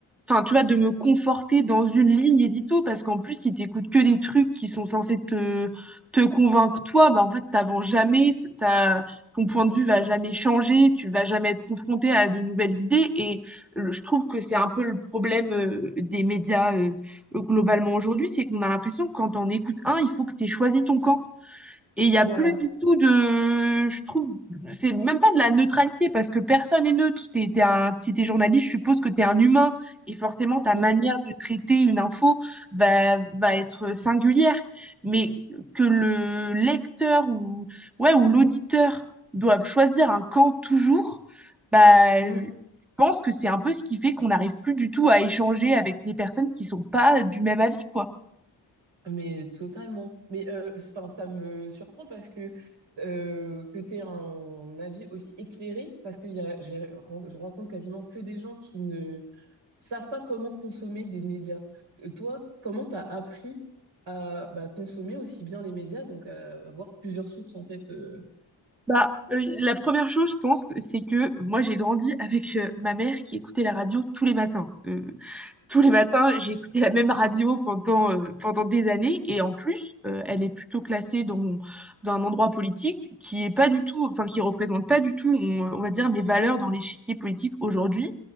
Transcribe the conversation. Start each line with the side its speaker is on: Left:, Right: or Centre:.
Centre: enfin, tu vois, de me conforter dans une ligne édito, parce qu'en plus, si t'écoutes que des trucs qui sont censés te, te convaincre toi, bah, en fait, t'avances jamais, c- ça, ton point de
Right: Exactement.
Centre: vue va jamais changer, tu vas jamais être confronté à de nouvelles idées, et le- je trouve que c'est un peu le problème euh, des médias euh, euh, globalement aujourd'hui, c'est qu'on a l'impression que quand on écoute un, il faut que t'aies choisi ton camp. Et il n'y a
Right: Voilà.
Centre: plus du tout de, je trouve, c'est même pas de la neutralité parce que personne n'est neutre. T'es, t'es un, si t'es journaliste, je suppose que t'es un humain et forcément ta manière
Right: Hum,
Centre: de traiter une info va, va être singulière. Mais que le lecteur ou, ouais, ou l'auditeur doivent choisir un camp toujours, bah,
Right: hum.
Centre: je pense que c'est un peu ce qui fait qu'on n'arrive plus du tout à échanger avec des personnes qui sont pas du même avis, quoi.
Right: Mais totalement. Mais euh, c'est- 'fin, ça me surprend parce que, euh, que tu aies un avis aussi éclairé, parce que y a, j'ai- ren- je rencontre quasiment que des gens qui ne savent pas comment consommer des médias. Euh, toi, comment tu as appris à bah, consommer aussi bien les médias, donc à avoir plusieurs sources en fait euh.
Centre: Bah, heu, la première chose, je pense, c'est que moi, j'ai grandi avec, heu, ma mère qui écoutait la radio tous les matins. Heu, tous les matins, j'ai écouté la même radio pendant, heu, pendant des années et en plus, heu, elle est plutôt classée dans dans un endroit politique qui est pas du tout enfin, qui représente pas du tout, on, on va dire mes valeurs dans l'échiquier politique aujourd'hui